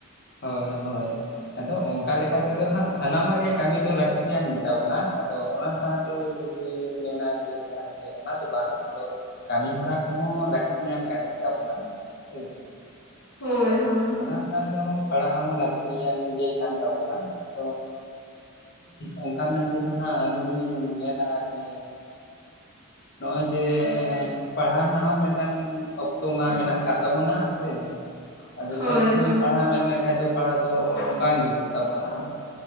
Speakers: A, on the left; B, on the left.
A: ᱦᱳᱭ ᱦᱳᱭ ᱟᱫᱚ ᱚᱱᱠᱟ ᱞᱮᱠᱟ ᱛᱮᱫᱚ ᱦᱟᱸᱜ ᱥᱟᱱᱟᱢᱟᱜ ᱜᱮ ᱠᱟᱹᱢᱤ ᱫᱚ ᱞᱟᱹᱠᱛᱤᱭᱟᱱ ᱜᱮᱛᱟᱵᱚᱱᱟ ᱟᱫᱚ ᱚᱱᱟ ᱥᱟᱶᱛᱮ ᱤᱧ ᱢᱮᱱᱟ ᱡᱮ ᱯᱟᱲᱦᱟᱜᱮᱧ ᱚᱱᱟ ᱫᱚ ᱵᱟᱝ ᱟᱫᱚ ᱠᱟᱹᱢᱤ ᱦᱚᱨᱟ ᱠᱚᱦᱚᱸ ᱞᱟᱹᱠᱛᱤᱭᱟᱱ ᱠᱟᱹᱢᱤ ᱛᱟᱵᱚᱱᱟ ᱦᱳᱭᱥ
B: ᱦᱳᱭ
A: ᱟᱫᱚ
B: ᱦᱳᱭ ᱦᱳᱭ
A: ᱚᱱᱟ ᱥᱟᱶ ᱛᱮᱦᱚᱸ ᱯᱟᱲᱦᱟᱜ ᱦᱚᱸ ᱞᱟᱹᱠᱛᱤᱭᱟᱱ ᱜᱮ ᱠᱟᱱ ᱛᱟᱵᱚᱱᱟ ᱛᱚ ᱚᱱᱠᱟ ᱢᱮᱱ ᱛᱮᱫᱚ ᱦᱟᱸᱜ ᱟᱹᱞᱤᱧ ᱫᱚᱞᱤᱧ ᱢᱮᱱᱟ ᱡᱮ ᱱᱚᱜᱼᱚᱭ ᱡᱮ ᱯᱟᱲᱦᱟᱣ ᱨᱮᱱᱟᱜ ᱦᱚᱸ ᱢᱤᱫᱴᱟᱝ ᱚᱠᱛᱚ ᱢᱟ ᱢᱮᱱᱟᱜ ᱟᱠᱟᱫ ᱛᱟᱵᱚᱱᱟ ᱥᱮ ᱟᱫᱚ
B: ᱦᱳᱭ
A: ᱥᱚᱵ ᱥᱚᱢᱚᱭ
B: ᱦᱳᱭ
A: ᱯᱟᱲᱦᱟᱣ ᱢᱮᱱ ᱞᱮᱠᱷᱟᱡ ᱫᱚ ᱯᱟᱲᱦᱟᱣ ᱫᱚ ᱵᱟᱝ ᱡᱩᱛᱩᱜ ᱛᱟᱵᱚᱱᱟ